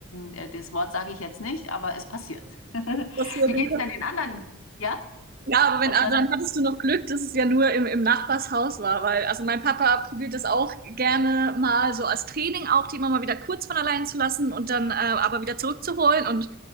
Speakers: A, on the left (about 75°); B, on the right (about 45°).
A: äh, das Wort sage ich jetzt nicht, aber es passiert. <laughs> Wie
B: Das hier, den
A: geht's denn den anderen? Ja?
B: Ja, aber
A: Was
B: wenn, also
A: war das?
B: dann hattest du noch Glück, dass es ja nur im, im Nachbarshaus war, weil, also mein Papa probiert das auch gerne mal so als Training auch, die immer mal wieder kurz von allein zu lassen und dann äh, aber wieder zurückzuholen und